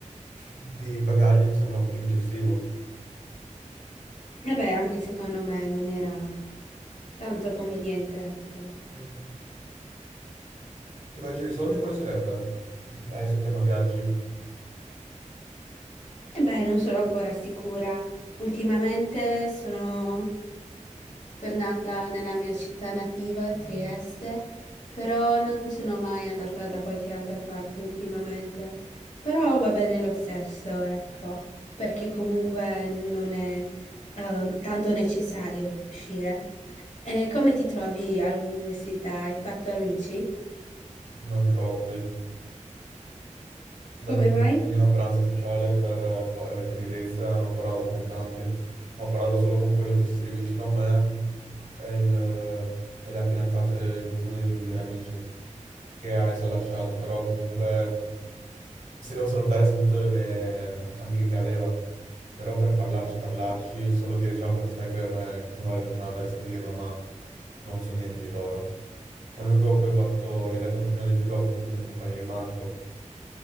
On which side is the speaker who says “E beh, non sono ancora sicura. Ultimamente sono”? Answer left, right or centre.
Left